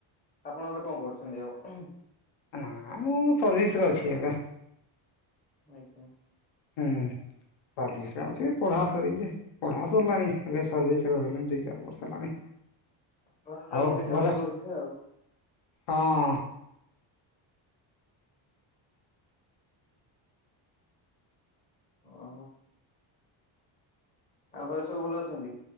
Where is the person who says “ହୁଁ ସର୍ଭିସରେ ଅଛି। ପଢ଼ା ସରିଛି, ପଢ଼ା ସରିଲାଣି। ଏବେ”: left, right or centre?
Left